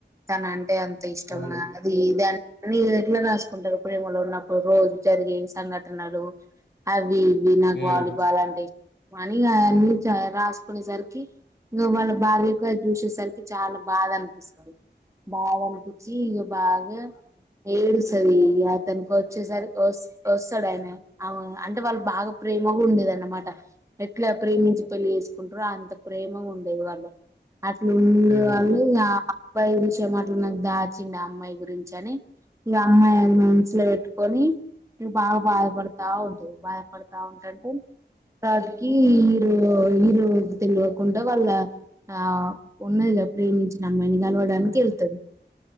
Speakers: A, on the right (about 15°); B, on the left (about 80°).
A: తన అంటే అంత ఇష్టం
B: హ్మ్.
A: అది దాని అనీ ఎట్లా రాసుకుంటారు ప్రేమలో ఉన్నప్పుడు రోజు జరిగే సంఘటనలు అవి బనా
B: హ్మ్.
A: కోల కానీ అవన్నీ రాసుకునేసరికి ఇం వాళ్ళ భార్యగా చూసేసరికి చాలా బాధ అనిపిస్తుంది బాగాల్పిచ్చి ఈగ బాగా ఏడు సరి అతనికి వచ్చేసరి వస్తాడు ఆయన అవు అంటే వాళ్ళు బాగా ప్రేమగు ఉండ అన్నమాట ఎట్లా ప్రేమించి పెళ్లి చేసుకుంటారో అంత ప్రేమ ఉండేది వాళ్ళు అట్లా ఉండే
B: హ్మ్.
A: వాళ్ళు ఆ అబ్బాయి గురించి ఏ అట్లా నాకు దాచిడి ఆ అమ్మాయి గురించి అని ఇ అమ్మాయిారి మనుసులో పెట్టుకొని ఇ బాగా బాధపడతా ఉంటాయి బాధపడతా ఉంటాండి రాతికి ఈరు ఈరు తెలివకుండా వాళ్ళ ఆ ఉన్నదిగాద ప్రేమించిన అమ్మాయిని కనవడానికి వెళ్తారు